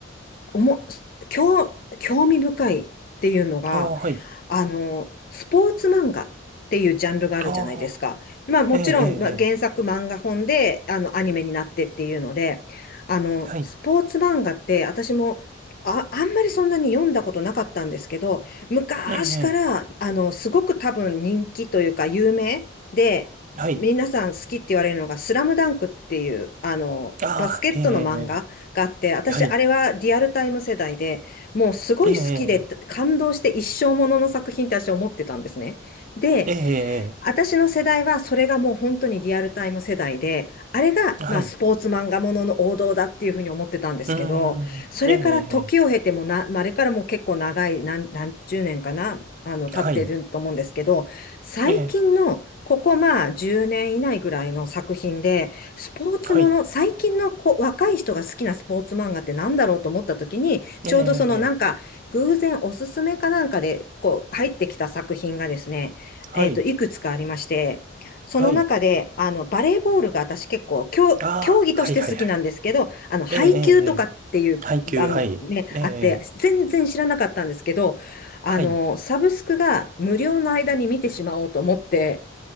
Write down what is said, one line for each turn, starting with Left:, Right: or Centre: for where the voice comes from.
Left: おも、興、興味深いっていうのが、
Right: ああ、はい。
Left: あの、スポーツ漫画っていうジャンルがあるじゃないですか。
Right: ああ、
Left: まあもちろん、
Right: ええ、ええ、
Left: まあ、
Right: ええ
Left: 原作漫画本で、あの、アニメになってっていうので、あの、
Right: はい。
Left: スポーツ漫画って私も、あ、あんまりそんなに読んだことなかったんですけど、昔から、
Right: ええ、え
Left: あの、すごく多分人気というか有名で、
Right: えはい。
Left: 皆さん好きって言われるのが、スラムダンクっていう、あの、
Right: ああ、
Left: バスケットの漫画があって、
Right: ええ、え
Left: 私、
Right: えはい。
Left: あれはリアルタイム世代で、もうすごい好きで感動して一生ものの作品って私は思ってたんですね。
Right: ええ、
Left: で、
Right: ええ、ええ、
Left: 私の世代はそれがもう本当にリアルタイム世代で、あれがまあスポーツ漫画ものの王道だっていうふうに思ってたんですけど、
Right: ええはい。うーん、
Left: それから時を経てもな、
Right: ええ、え
Left: まあ、あれからもう結構長い何、何十年かな、あの、経ってると思うんですけど、
Right: えはい。
Left: 最近のここまあ10年以内ぐらいの作品で、
Right: ええ、
Left: スポーツもの、
Right: はい。
Left: 最近のこう若い人が好きなスポーツ漫画ってなんだろうと思った時に、ちょうどそのなんか偶然おすすめかなんかでこう入ってきた作品がですね、
Right: ええ、ええ
Left: えっと、
Right: はい。
Left: いくつかありまして、その中で、
Right: はい。
Left: あの、バレーボールが私結構、競、
Right: ああ、
Left: 競技として好きなんですけど、
Right: はい、はい、はい。
Left: あの、配球とかっていう番ね、
Right: ええ、ええ、ええ配給、はい。ええ、
Left: あって、
Right: ええ
Left: 全然知らなかったんですけど、あの、
Right: はい。
Left: サブスクが無料の間に見てしまおうと思って、